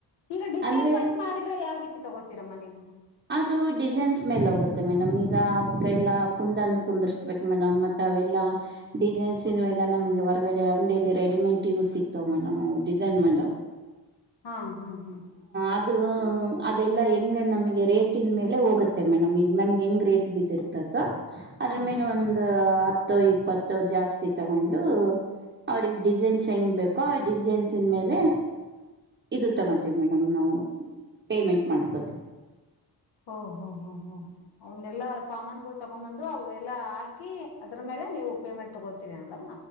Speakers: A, on the left (about 85°); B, on the right (about 25°).
A: ಈಗ ಡಿಸೈನ್
B: ಅಂದರೆ
A: ವರ್ಕ್ ಮಾಡಿದ್ರೆ ಯಾವ ರೀತಿ ತಗೊಳ್ತೀರಮ್ಮ ನೀವು
B: ಅದು ಡಿಸೈನ್ಸ್ ಮೇಲ್ ಹೋಗುತ್ತೆ ಮೇಡಮ್ ಈಗ ಅವಲ್ಲ ಕುಂದನ್ನು ಕುಂದರ್ಸ್ಬೇಕಕ್ ಮೇಡಮ್ ಮತ್ತ ಲ್ಲ ಡಿಸೈನ್ಲ್ಲ ನಮಗೆ ಹೊರಗಡೆಂಗಲಿ ರೆಡಿಮೆಂಟ್ ಯೂಸ್ ಸಿತ ಮೇ ೈ ಮಾಡ
A: ಹಾ ಹಾ ಹಾ
B: ಅದು ಅದೆಲ್ಲ ಹೆಂಗ್ ನಮಗೆ ರೇಟಿನ ಮೇಲೆ ಹೋಗುತ್ತೆ ಮೇಡಮ್ ಈಗ ನಮಗೆ ಹೆಂಗ್ ರೇಟ್ ಬಿದ್ದಿರ್ತ ಅದ್ರ
A: ಹಾ
B: ಮೇಲೆ ಒಂದು ಹತ್ತು ಇಪ್ಪತ್ತು ಜಾಸ್ತಿ ತಗೊಂಡು ಅವ್ರಗ್ ಡಿಸೈನ್ಸ್ ಹೆಂಗ್ ಬೇಕೋ ಆ ಡಿಸೈನ್ಸ್ನ್ ಮೇಲೆ ಇದು ತಗೋಂತೀವಿ ಮೇಡಮ್ ನಾವು ಪೇಮೆಂಟ್ ಮಾಡ್ಕೋತವಿ
A: ಓಹ್ ಹೊ್ ಹ್ ಹ್ ಅವನ್ನೆಲ್ಲಾ ಸಾಮಾನುಗಳು ತಗೊಂಡ್ ಬಂದು ಅವೆಲ್ಲಾ ಹಾಕಿ ಅದ್ರ ಮೇಲೆ ನೀ ಪೇಮೆಂಟ್ ತಗೊಳ್ತೀರಿ ಅಲ್ವಾ